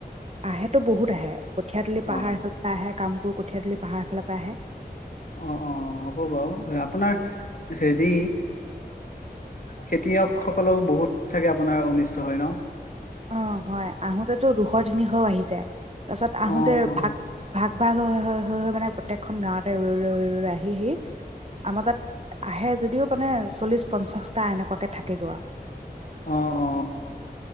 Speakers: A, on the right; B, on the left.
A: আহে তো বহুত আহে কঠিয়াতুলি পাহাৰ
B: অ',
A: ফালে আহে কামবোৰ কঠীয়াাতলি পাহাৰৰ ফালৰ পৰা আহে
B: অ অ হ'ব বাৰু আপোনাৰ হেৰি খেতিয়কসকলেও বহুত চাগে আপোনাৰ অনিষ্ট হয় ন
A: অ হয় আহোতেতো দুশ তিনিশও আহি যায় তাৰপাছত আহোতে
B: অ', অ',
A: ভাগ ভাগ বা মানে প্ৰত্যেকখন গাঁৱতে ৰৈ ৰৈ ৰৈ ৰৈ আহি আহি আমাৰ তাত আহে যদিও মানে চল্লিশ পঞ্চাশটা এনেকুৱাকে থাকেগৈ আৰু
B: অ অ